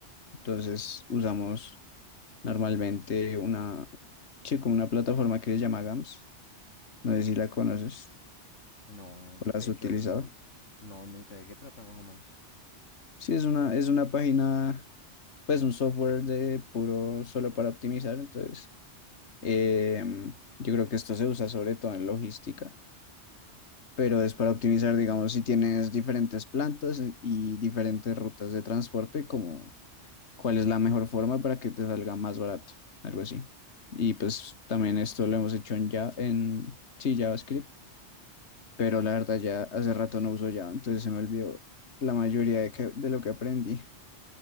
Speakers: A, on the left (about 70°); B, on the left (about 85°).
A: Entonces usamos Normalmente una, sí, como una plataforma que se llama GAMS. No sé si la conoces
B: No,
A: o la
B: de
A: has
B: hecho,
A: utilizado.
B: no, nunca. ¿De qué trata más o menos?
A: Sí, es una, es una página, pues un software de puro solo para optimizar. Entonces, em, yo creo que esto se usa sobre todo en logística, pero es para optimizar, digamos, si tienes diferentes plantas e, y diferentes rutas de transporte, como cuál es la mejor forma para que te salga más barato, algo así. Y pues también esto lo hemos hecho en, ya, en sí, JavaScript pero la verdad ya hace rato no uso Java, entonces se me olvidó la mayoría de, que- de lo que aprendí.